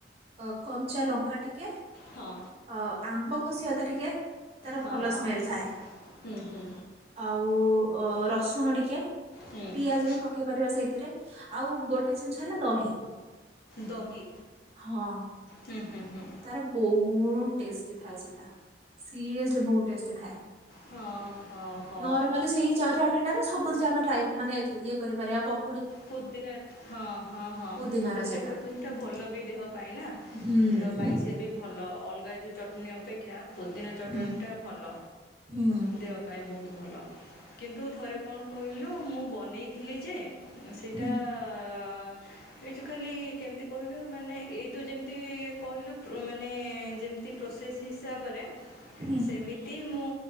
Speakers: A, on the right (about 35°); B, on the left (about 60°).
A: ଅ କଞ୍ଚା ଲଙ୍କା ଟିକେ
B: ହଁ
A: ଅ ଆମ୍ବ କଷି ଅଦା ଟିକେ ତାର
B: ହଁ
A: ଭଲ
B: ହଁ
A: ସ୍ମେଲ ଥାଏ।
B: ହୁଁ ହୁଁ
A: ଆଉ ଅ ରସୁଣ ଟିକେ
B: ହୁଁ
A: ପିଆଜ ବି ପକେଇ ପାରିବ ସେଇଥିରେ ଆଉ ଗୋଟେ ଜିନିଷ ହେଲା ଦହି।
B: ଦହି
A: ହଁ
B: ହୁଁ ହୁଁ ହୁଁ।
A: ତାର ବହୁ ଟେଷ୍ଟି ଥାଏ ସେଟା ସିରିଏସଲି ବହୁତ ଟେଷ୍ଟି ଥାଏ।
B: ହଁ ହଁ ହଁ
A: ନର୍ମାଲି ସେଇ <unintelligible> ସବୁ ଥିରେ ଆମେ ଟ୍ରାଏ ମାନେ ଇଏ କରିପାରିବା ପ
B: ପୋଦିନା ହଁ ହଁ ହଁ
A: ପୁଦିନାର
B: ପୋଦିନା
A: ସେଇଟା
B: ଚଟଣି ଟା ଭଲ ବି ଦେହ ପାଇଁ ନା।
A: ହୁଁ।
B: ଦେହ ପାଇଁ ସେଟି ଭଲ ଅଲଗା ଜୁ ଚଟଣି ଅପେକ୍ଷା ପୋଦିନା ଚଟଣିଟା
A: ହୁଁ
B: ଭଲ
A: ହୁଁ
B: ଦେହ ପାଇଁ ବୋହୁତ ଭଲ। କିନ୍ତୁ ଥରେ କଣ କହିଲୁ ମୁଁ ବନେଇଥିଲି ଯେ ସେଇଟା
A: ହୁଁ
B: ଅ ଏଇ ଯୋଉ ଖାଲି କେମିତି କହିଲୁ ମାନେ ଏଇ ତୁ ଯେମିତି କହିଲୁ ପ୍ରୋ ମାନେ ଯେମିତି ପ୍ରୋସେସ୍ ହିସାବରେ
A: ହୁଁ
B: ସେମି କି ମୁଁ